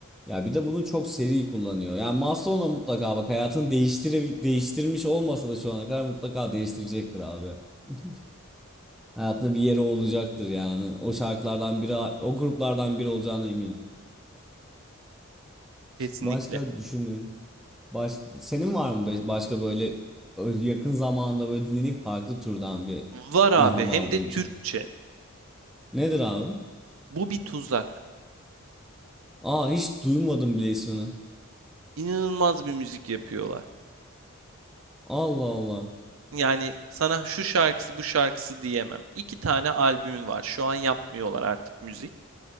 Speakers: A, in the centre; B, on the right.
A: Ya bir de bunu çok seri kullanıyor. Yani Maslow'la mutlaka bak hayatını değiştire, değiştirmiş olmasa da şu ana kadar mutlaka değiştirecektir abi. <laughs> Hayatında bir yeri olacaktır yani. O şarkılardan biri, o gruplardan biri olacağına eminim.
B: Kesinlikle.
A: Başka düşünüyorum. Baş, senin var mı be- başka böyle ö- yakın zamanda böyle dinlediğin farklı türden bir
B: Var abi
A: ilham
B: hem
A: aldığın
B: de
A: bir
B: Türkçe.
A: şey? Nedir abi?
B: Bu bir tuzak.
A: Aa hiç duymadım bile ismini.
B: İnanılmaz bir müzik yapıyorlar.
A: Allah Allah.
B: Yani sana şu şarkısı bu şarkısı diyemem. İki tane albümü var. Şu an yapmıyorlar artık müzik.